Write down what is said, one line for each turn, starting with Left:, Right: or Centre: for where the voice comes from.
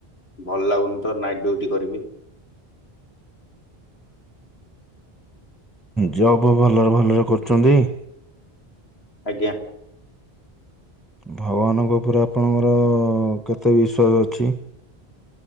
Left: ଭଲ ଲାଗୁନିତ ନାଇଟ୍ ଡ୍ୟୁଟି କରିବି।
Centre: ଜବ୍ ଭଲରେ ଭଲରେ କରୁଚନ୍ତି।
Left: ଆଜ୍ଞା।
Centre: ଭଗବାନଙ୍କ ଉପରେ ଆପଣଙ୍କର କେତେ ବିସ୍ୱାସ ଅଛି?